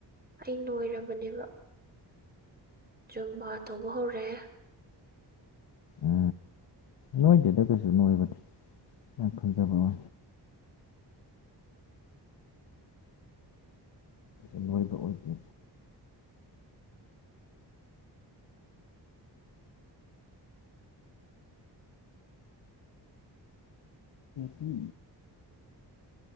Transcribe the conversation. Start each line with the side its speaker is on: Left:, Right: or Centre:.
Right: ꯑꯩ ꯅꯣꯏꯔꯕꯅꯦꯕ ꯆꯨꯝꯕ ꯇꯧꯕ ꯍꯧꯔꯦ
Left: ꯎ ꯅꯣꯏꯗꯦꯗ ꯀꯩꯁꯨ ꯅꯣꯏꯕꯗꯤ ꯌꯥꯝ ꯈꯟꯖꯕ ꯋꯥ ꯦ ꯅꯣꯏꯕ ꯑꯣꯏꯗꯦ ꯀꯦ